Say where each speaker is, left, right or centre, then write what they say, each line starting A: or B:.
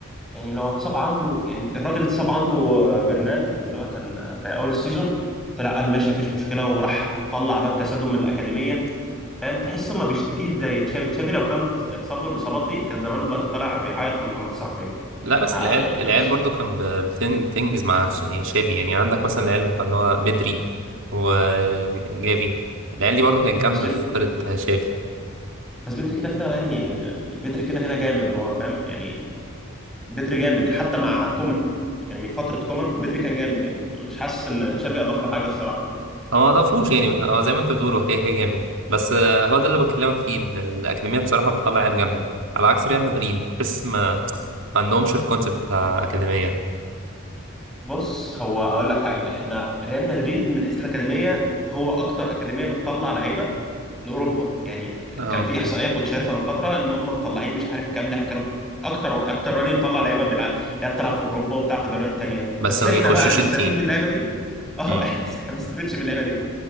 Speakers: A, in the centre; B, on the right.
A: يعني لو اتصاب عنده يعني الراجل اتصاب عنده آه، برنال اللي هو كان آه، في اول السيزون طلع قال ماشي مفيش مشكله وراح طلع الواد كاسادو من الاكاديميه فاهم تحسه ما بيشتكيش زي تشافي تشافي لو كان اتصاب له الاصابات دي كان زمانه دلوقتي طالع بيعيط في المؤتمرات الصحفيه
B: لا بس
A: انا
B: العيال
A: يعني
B: العيال
A: انا ش...
B: برضو كان ب- بتن- بتنجز مع ش- يعني شافي يعني عندك مثلا العيال بتاع اللي هو بدري وجافي العيال دي برضو كانت جامدة
A: بس بدري
B: في فترة شافي
A: بس بدري كده كده يعني يعني بدري كده كده جامد هو فاهم يعني بدري جامد حتى مع كومان يعني من فتره كومان بدري كان جامد يعني مش حاسس ان تشافي اضاف له حاجه الصراحه
B: هو ما ضافلوش يعني هو زي ما انت بتقول هو كده كده جامد بس آه، هو ده اللي بكلمك فيه ان الأكاديمية بصراحة بتطلع عيال جامدة على عكس ريال مدريد تحس ما ما عندهمش الكونسيبت بتاع الأكاديمية ده
A: بص هو هقول لك حاجه احنا ريال مدريد من حيث الاكاديميه هو اكتر اكاديميه بتطلع لعيبه لاوروبا يعني
B: اه
A: كان في احصائيه كنت شايفها من فتره ان هم مطلعين مش عارف كام لاعب كانوا اكتر اكتر وادي مطلع لعيبه بيلعب لعيبه بتلعب في اوروبا وبتاع في دوريات تانيه
B: بس
A: بس
B: ما
A: احنا
B: بيخشوش
A: بقى نستفيد
B: التيم
A: من اللعيبه دي اه
B: امم
A: <laughs> احنا احنا ما بنستفيدش من اللعيبه دي